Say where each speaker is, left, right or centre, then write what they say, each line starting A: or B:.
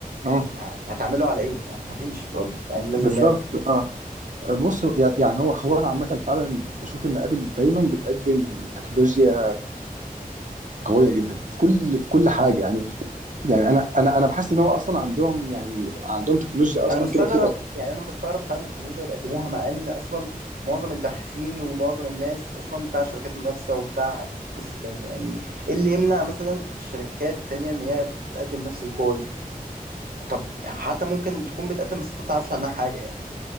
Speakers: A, on the right; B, on the right.
A: اه
B: ما هتعمله على ايه؟ <laughs> ما فيش برضه فاهم لازم
A: بالظبط
B: ماك
A: اه بص يعني هو هو انا عامه فعلا بشوف ان ابل دايما بتقدم تكنولوجيا قويه جدا في كل في كل حاجه يعني يعني انا انا انا بحس ان هو اصلا عندهم يعني عندهم تكنولوجيا اصلا
B: انا مستغرب
A: كده كده
B: يعني انا مستغرب فعلا من التكنولوجيا اللي بيقدموها مع ان اصلا معظم الباحثين ومعظم الناس اصلا بتاع شركات منافسه وبتاع قصص تانية يعني ايه اللي يمنع مثلا الشركات التانية ان هي تتقدم نفس القوة دي طب حتى ممكن تكون بتقدم بس انت ما بتعرفش عنها حاجة يعني